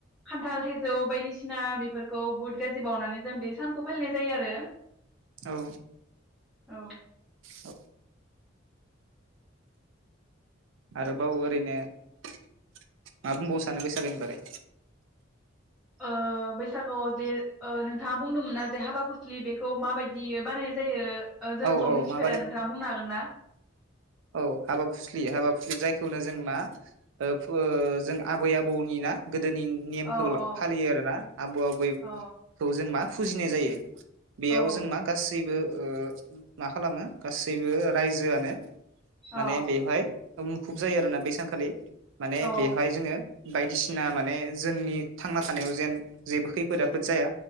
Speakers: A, in the centre; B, on the right (about 70°).
A: खान्थाल थाइजौ बायदिसिना बेफोरखौ बहुद गाज्रि बावनानै जों बे सानखौ फालिनाय जायो आरो
B: औ
A: औ
B: <inaudible> औ आरोबाव ओरैनो मा बुंबावनो सानो बैसागोनि बागै
A: ओ बैसागोआव जे ओ नोंथाङा बुंदोंमोन ना जे हाबा फुस्लि बेखौ माबायदि बानायनाय जायो ओ जोंथ'
B: औ औ
A: मिथिफेरा
B: माबारै
A: नोंथाङा बुंनो हागोन ना?
B: औ हाबा फुस्लि हाबा फुस्लि जायखौनो जों मा ओ फु जों आबै आबौनि ना गोदोनि नेमखौ
A: औ औ
B: फालियो आरोना आबौ आबैखौ
A: औ
B: जों मा फुजिनाय जायो। बेयाव
A: औ
B: जों मा गासैबो ओ मा खालामो गासैबो रायजोआनो
A: अ
B: माने बेहाय मुखुब जायो आरोना बे सानखालि माने
A: अ
B: बेवहाय जोङो बायदिसिना माने जोंनि थांना थानायाव जेन जेबो खैफोद आफफोद जाया।